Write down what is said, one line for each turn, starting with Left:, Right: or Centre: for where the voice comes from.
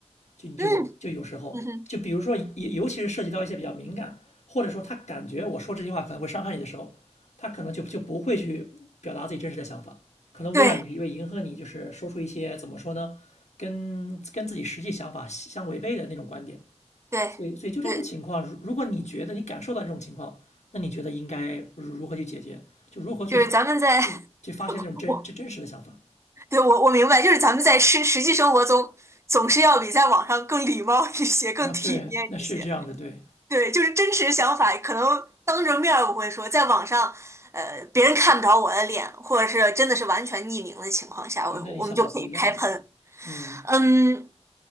Left: 就有就有时候，
Right: 嗯嗯哼，
Left: 就比如说，尤尤其是涉及到一些比较敏感，或者说他感觉我说这句话可能会伤害你的时候，他可能就就不会去表达自己真实的想法，可能为了为迎合你，
Right: 对
Left: 就是说出一些怎么说呢，跟跟自己实际想法相违背的那种观点。
Right: 对对，
Left: 所以，所以就这种情况，如如果你觉得你感受到这种情况，那你觉得应该如如何去解决？就如何去去去发现那种真真真实的想法
Right: 就是咱们在 <laughs> 我对，我我明白，就是咱们在实实际生活中总是要比在网上更礼貌一些，更体面一些。
Left: 啊？对，那是这样的，对
Right: 对，就是真实想法，可能当着面儿我会说，在网上，呃，别人看不着我的脸，或者是真的是完全匿名的情况下，
Left: 对，
Right: 我我们就可以开喷。
Left: 那你想法不一样的，对，嗯
Right: 嗯，